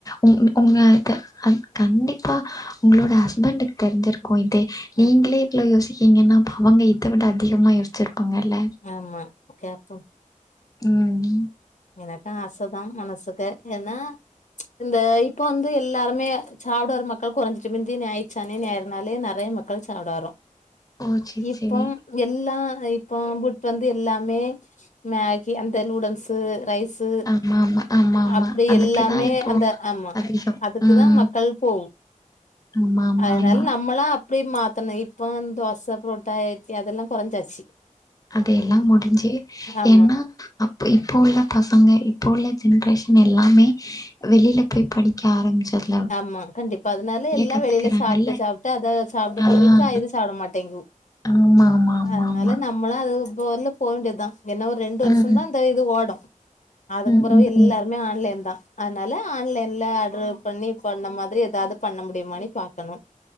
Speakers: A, on the left; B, on the left.
A: உ உங்க க கன் கண்டிப்பா உங்களோட ஹஸ்பண்டுக்கு தெரிஞ்சிருக்கு இதே நீங்களே
B: ம்.
A: இவ்வளவு யோசிக்கீங்கன்னா அவங்க இத விட அதிகமா யோசிச்சிருப்பாங்கல்ல
B: ஆமா கேப்போ
A: ம் ம்
B: எனக்கு ஆச தா மனசுக்கு ஏனா இந்த இப்ப வந்து எல்லாருமே சாப்ட வர மக்கள் குறைஞ்சிட்டு முந்தி ஞாயிறு சனி ஞாயிறுனாலே நெறைய மக்கள் மக்கள் சாப்பிட வரு
A: ஓ! சரி,
B: இப்போம்
A: சரி.
B: எல்லாம் இப்போ புட் வந்து எல்லாமே மேகி அந்த லூடன்ஸ் ரைஸ் து
A: ஆமா ஆமா ஆமா ஆமா
B: அப்டி
A: அதுக்குதா
B: எல்லாமே
A: இப்போ
B: அந்த ஆமா
A: அதிகோ
B: அதுக்குதா
A: ம்
B: மக்கள் போகு
A: ஆமா ஆமா
B: அதனால
A: ஆமா
B: நம்மளா இப்டி மாத்தணு இப்போ தோச புரோட்டாஇட்லி அதெல்லா கொறைஞ்சாச்சு
A: அதையெல்லாம் முடிஞ்சு
B: ஆமா
A: ஏன்னா இப்போ உள்ள பசங்க இப்போ உள்ள ஜென்ரேஷன் எல்லாமே வெளியில போய் படிக்க ஆரம்பிச்சரு
B: ஆமா கண்டிப்பா அதனால எல்லா
A: கத்துக்கறாங்கல்ல
B: வெளியில சாப்ட்டு சாப்ட்டு அத சாப்ட்டு
A: ஆ
B: பழவிட்டா இத சாப்பிட மாட்டேங்கு
A: ஆமா ஆமா ஆமா
B: அதனால
A: ஆமா
B: நம்மளு அது போல போகண்டியதுதா ஏன்னா ஒரு ரெண்டு ரெண்டு வருஷந்தா
A: ம்
B: இந்த இது ஓடு அதுக்கு
A: ம்
B: பிறகு
A: ம்
B: எல்லாரு
A: ம்
B: எல்லா ஆன்லைன் தா அதனால ஆன்லைன்ல ஆடரு பண்ணி இப்பண்ண மாதிரி ஏதாவது பண்ண முடியுமானு பாக்கணு